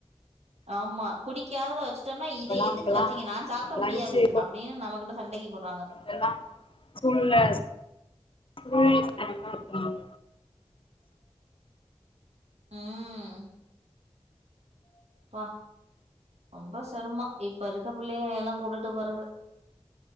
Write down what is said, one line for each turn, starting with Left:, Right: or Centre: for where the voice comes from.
Right: ஆமா பிடிக்காத வச் சொன்னா
Left: இப்பல்லா
Right: இத எதுக்கு
Left: இப்பல்லா
Right: வச்சீங்க நா சாப்பிட
Left: லன்ச்சு
Right: முடியாது அப்டின்னு நம்ம கிட்ட சண்டைக்கு போடுறாங்க
Left: எல்லா சூழ்நில புரி <inaudible>
Right: ம் ப்பா ரொம்ப செரமா இப்ப இருக்கிற பிள்ளைகள எல்லா கூட்டுட்டு போறது